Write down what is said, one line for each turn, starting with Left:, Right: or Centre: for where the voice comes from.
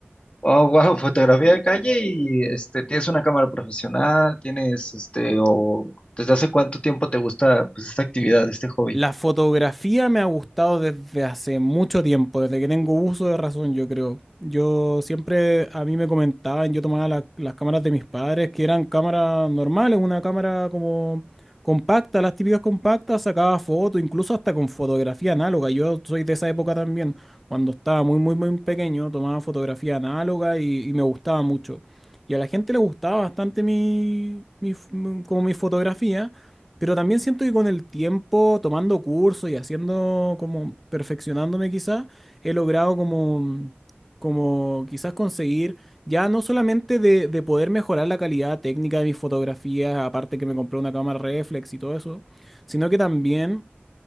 Left: Oh, wow, fotografía de calle y este, tienes una cámara profesional, tienes este, o desde hace cuánto tiempo te gusta pues, esta actividad, este hobby.
Centre: La fotografía me ha gustado desde hace mucho tiempo, desde que tengo uso de razón, yo creo. Yo siempre, a mí me comentaban, yo tomaba la- las cámaras de mis padres, que eran cámaras normales, una cámara como compacta, las típicas compactas, sacaba fotos, incluso hasta con fotografía análoga. Yo soy de esa época también, cuando estaba muy, muy, muy pequeño, tomaba fotografía análoga y, y me gustaba mucho. Y a la gente le gustaba bastante mi, mi f- como mi fotografía. Pero también siento que con el tiempo, tomando cursos y haciendo como perfeccionándome quizás, he logrado como, como quizás conseguir ya no solamente de, de poder mejorar la calidad técnica de mis fotografías, aparte que me compré una cámara reflex y todo eso, sino que también